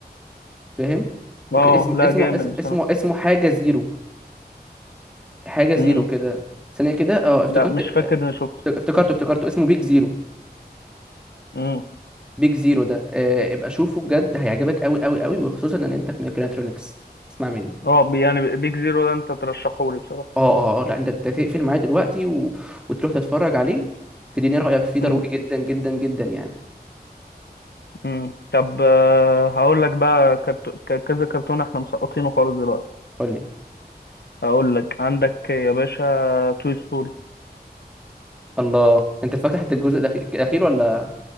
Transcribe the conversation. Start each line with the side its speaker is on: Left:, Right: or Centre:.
Centre: فاهم وكان
Left: اه
Centre: اسمه
Left: لا
Centre: اسمه
Left: جامد
Centre: اسمه
Left: بصراحة
Centre: اسمه اسمه حاجه زيرو حاجه زيرو
Left: امم
Centre: كده ثانيه كده اه افتكرت
Left: لا مش فاكر اني شفته
Centre: افت- افتكرته افتكرته اسمه بيج زيرو
Left: امم
Centre: بيج زيرو ده آه، ابقى شوفه بجد هيعجبك قوي قوي قوي وخصوصا ان انت في ميكانترونكس اسمع مني
Left: اه بي- يعني بيج زيرو ده انت ترشحه لي بصراحة
Centre: اه اه آه، لا انت أنت تقفل معايا دلوقتي و... وتروح تتفرج عليه تديني رأيك فيه ضروري
Left: امم
Centre: جدا جدا جدا يعني
Left: مم. طب آه، هقول لك بقى كرت... ك- كذا كرتون احنا مسقطينه خالص دلوقتي
Centre: قول لي
Left: هقول لك عندك يا باشا توي ستوري
Centre: الله انت فاكر حتى الجزء الأخي- الاخير ولا